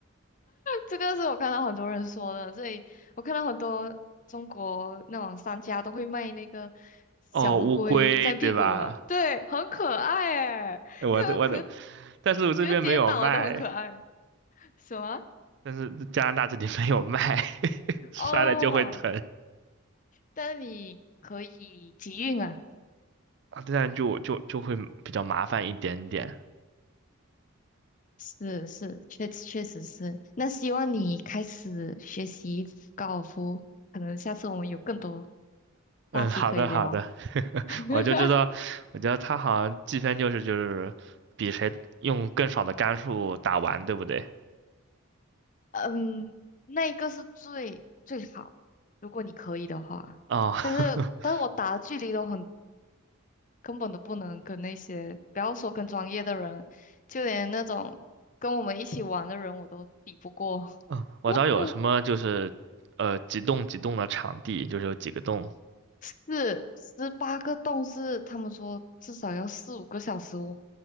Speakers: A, on the left; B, on the right.
A: 这个是我看到很多人说的，所以我看到很多中国那种商家都会卖那个小乌龟在屁股的，
B: 哦，乌龟对吧？
A: 对，很可爱诶，
B: 哎我的我的，
A: 可可
B: 但是我这边没有卖，
A: 觉得跌倒了都很可爱。什么？
B: 但是加拿大这里没有卖，<laughs> 摔了就会疼
A: 哦，但你可以集运啊，
B: 啊，这样就就就会比较麻烦一点点。
A: 是是，确确实是。那希望你开始学习高尔夫，可能下次我们有更多话题可以聊。
B: 嗯，好的好的，<laughs>
A: <laughs>
B: 我就知道，我觉得他好像计分就是就是比谁用更少的杆数打完，对不对？
A: 嗯，那一个是最最好，如果你可以的话。
B: 哦，<laughs>
A: 但是，但是我打的距离都很，根本都不能跟那些，不要说跟专业的人，就连那种跟我们一起玩的人，我都比不过。
B: 嗯，我知道有什么就是，
A: <laughs>
B: 呃，几栋几栋的场地，就是有几个洞，
A: 是十八个洞是他们说至少要四五个小时我